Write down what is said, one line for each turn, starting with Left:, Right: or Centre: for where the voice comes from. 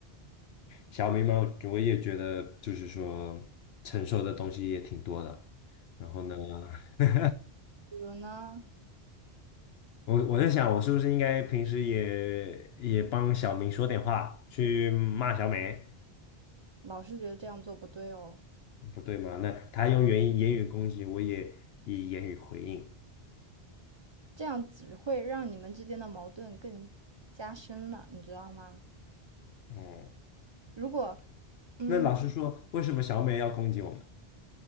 Left: 小明嘛，我也觉得就是说承受的东西也挺多的，然后呢，<laughs>
Right: 比如呢，
Left: 我我在想我是不是应该平时也也帮小明说点话，去骂小美。
Right: 老师觉得这样做不对哦，
Left: 不对吗？那他用言语言语攻击，我也以言语回应。
Right: 这样只会让你们之间的矛盾更加深了，你知道吗？
Left: 哦，
Right: 如果嗯。
Left: 那老师说，为什么小美要攻击我们？